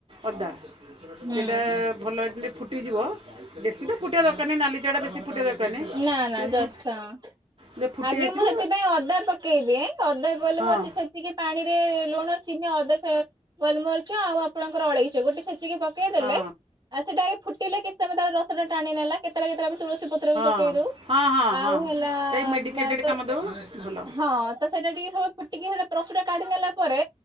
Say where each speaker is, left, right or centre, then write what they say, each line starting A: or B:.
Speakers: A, on the right; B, on the right.
A: ଅଦା
B: ହୁଁ।
A: ସେଇଟା ଭଲ ରେ ଟିକେ ଫୁଟିଯିବ ବେଶୀ ତ ଫୁଟିବା ଦରକାର ନାହି ନାଲି ଚା ଟା ବେଶୀ ଫୁଟିବା ଦରକାର ନାହିଁ
B: ନା ନା
A: ଯେତେବେଳେ
B: ଜଷ୍ଟ
A: ଫୁ
B: ହଁ।
A: ଯେତେବେଳେ ଫୁଟି
B: ଆଗେ
A: ଆସିବ
B: ମୁଁ ସେଥିପାଇଁ ଅଦା ପକେଇ ଦିଏ ଅଦା ଗୋଲମୋରିଚ
A: ହଁ
B: ଛେଚିକି ପାଣିରେ ଲୁଣ ଚିନି ଅଦ ଗୋଲମରିଚ ଆଉ ଆପଣଙ୍କର ଅଳେଇଚ ଗୋଟେ ଛୋ ଚିକି ପକେଇଦେଲେଉ
A: ହଁ
B: ସେଟା ଆଗେ ଫୁଟିଲେ କିଛି ସମୟ ତାର ରସ ଟା ଟାଣି ନେଲା କେତେଳେ କେତେଳେ ଆମେ ତୁଳସୀ ପତ୍ର ବି ପକେଇ
A: ହଁ
B: ଦଉ।
A: ହଁ ହଁ
B: ଆଉ
A: ହଁ
B: ହେଲା
A: ତ ମେଡ଼ିକେଟେଡ଼୍
B: ତ
A: କାମ ଦେବ ଭଲ।
B: ହଁ ତ ସେଇଟା ଟିକେ <unintelligible> କାଢି ନେଲା ପରେ